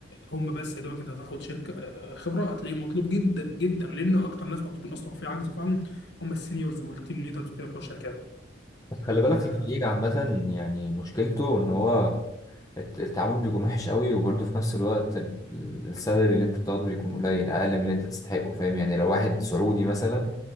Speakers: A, on the left (about 70°); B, on the left (about 20°).
A: هم بس يا دوبك انت تاخد شركه آه، خبره هتلاقيه مطلوب جدا جدا لان اكتر ناس مطلوبين اصلا في عجز فعلا هم السينيورز والتيم ليدرز وكده بتوع الشركات
B: بس خلي بالك
A: آه،
B: الخليج عامة يعني مشكلته ان هو الت- التعامل بيكون وحش قوي وبرضه في نفس الوقت ال- ال- السالري اللي انت بتاخده بيكون قليل اقل من اللي انت تستحقه فاهم يعني لو واحد سعودي مثلا